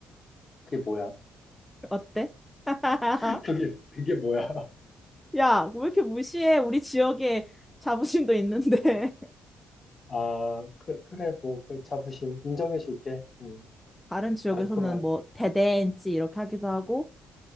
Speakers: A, on the left; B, in the centre.
A: 그게 뭐야?
B: 어때? <laughs>
A: <laughs> 그게 그게 뭐야?
B: 야, 왜 이렇게 무시해? 우리 지역에 자부심도 있는데. <laughs>
A: 아, 그래 그래 뭐 그 자부심 인정해줄게. 음,
B: 다른 지역에서는
A: 알코올
B: 뭐 대댄지 이렇게 하기도 하고